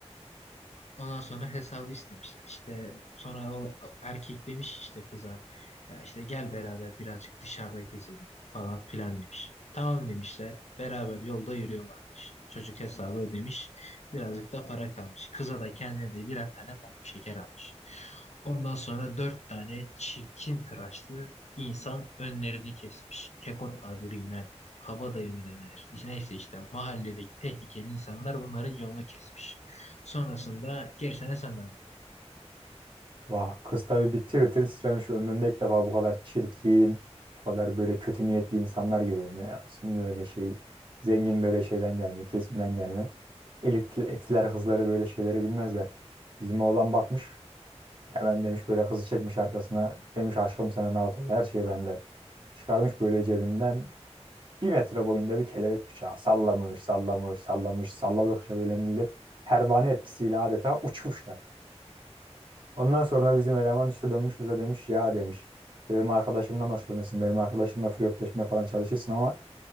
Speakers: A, on the left; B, on the right.
A: Ondan sonra hesabı istemişler. İşte sonra o erkek demiş işte kıza ya işte gel beraber birazcık dışarıda gezelim falan filan demiş. Tamam demişler. Beraber yolda yürüyorlarmış. Çocuk hesabı ödemiş. Birazcık da para kalmış. Kıza da kendine de birer tane pamuk şeker almış. Ondan sonra dört tane çirkin tıraşlı insan önlerini kesmiş. Kekot tabiriyle kabadayı mı denilir? Neyse işte mahalledeki tehlikeli insanlar bunların yolunu kesmiş. Sonrasında gerisine senden.
B: Vah, kız tabii bir tir tir titremiş ömründe ilk defa bu kadar çirkin, bu kadar böyle kötü niyetli insanlar görüyorum ya. Aslında öyle şey, zengin böyle şeyden gelme, kesimden gelme. Elit, etiler kızları böyle şeyleri bilmezler. Bizim oğlan bakmış, hemen demiş böyle kızı çekmiş arkasına. Demiş aşkım sen rahat ol, her şey bende. Çıkarmış böyle cebinden bir metre boyunda bir kelebek bıçağı. Sallamış, sallamış, sallamış, salladıkça böyle millet pervane etkisiyle adeta uçmuşlar. Ondan sonra bizim eleman işte dönmüş bize demiş ya demiş. İşte benim arkadaşımdan hoşlanırsın. Benim arkadaşımla flörtleşmeye falan çalışırsın ama